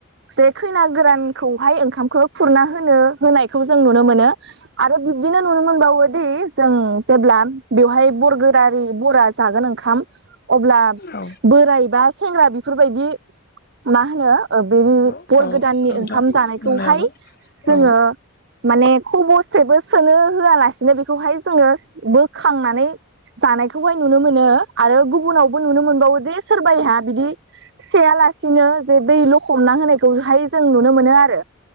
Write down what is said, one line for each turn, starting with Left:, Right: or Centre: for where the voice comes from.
Right: जे खैना गोरानखौहाय ओंखामखौ खुरना होनो होनायखौ जों नुनो मोनो आरो बिब्दिनो नुनो मोनबावोदि जों जेब्ला बेवहाय बरगोरारि बरा जागोन ओंखाम अब्ला
Left: औ
Right: बोराय बा सेंग्रा बेफोरबायदि मा होनो बे
Left: नंगौ
Right: बर
Left: औ
Right: गोदाननि
Left: नोंथां
Right: ओंखाम जानायखौहाय
Left: बुंनायाबो
Right: जोङो
Left: औ
Right: माने खबसेबो सोनो होआलासिनो बेखौहाय जोङो बोखांनानै जानायखौहाय नुनो मोनो आरो गुबुनावबो नुनो मोनबावो दे सोरबायाहा बिदि सेयालासिनो जे दै लखबना होनायखौहाय जों नुनो मोनो आरो